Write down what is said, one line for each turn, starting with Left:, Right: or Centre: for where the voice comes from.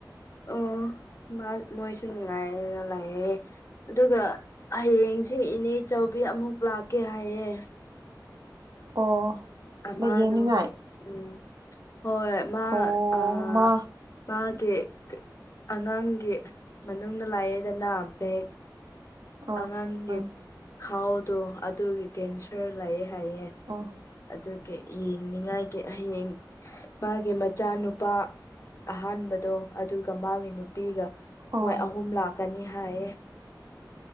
Left: ꯑꯣ ꯃꯣꯏꯁꯨ ꯅꯨꯡꯉꯥꯏꯔꯅ ꯂꯩꯥꯑꯦ ꯑꯗꯨꯒ ꯍꯌꯦꯡ ꯁ‌ꯦ ꯏꯅꯦ ꯆꯧꯕꯤ ꯑꯃꯨꯛ ꯂꯥꯛꯀꯦ ꯍꯥꯏꯌꯦ
Right: ꯑꯣ
Left: ꯑ
Right: ꯂꯥꯏꯌꯦꯡꯅꯤꯡꯉꯥꯏ
Left: ꯃꯥꯗꯣ ꯎꯝ ꯍꯣꯏ ꯃꯥ
Right: ꯑꯣ
Left: ꯑ
Right: ꯃꯥ
Left: ꯃꯥꯒꯤ ꯑꯉꯥꯡꯒꯤ ꯃꯅꯨꯡꯗ ꯂꯩꯌ‌ꯩꯗꯅ ꯕꯦꯛ
Right: ꯑꯥ
Left: ꯑꯉꯥꯡꯒꯤ
Right: ꯍꯣꯏ
Left: ꯈꯥꯎꯗꯣ ꯑꯗꯨꯒꯤ ꯀꯦꯟꯁꯔ ꯂꯩꯌ‌‌ꯦ ꯍꯥꯏꯌꯦ
Right: ꯑ‌ꯣ
Left: ꯑꯗꯨꯒꯤ ꯌꯦꯡꯅꯤꯉꯥꯏꯒꯤ ꯍꯌꯦꯡ ꯃꯥꯒꯤ ꯃꯆꯥꯅꯨꯄꯥ ꯑꯍꯥꯟꯕꯗꯣ ꯑꯗꯨꯒ ꯃꯥꯒꯤ ꯅꯨꯄꯤꯒ
Right: ꯑꯣ
Left: ꯃꯣꯏ ꯑꯍꯨꯝ ꯂꯥꯛꯀꯅꯤ ꯍꯥꯏꯌꯦ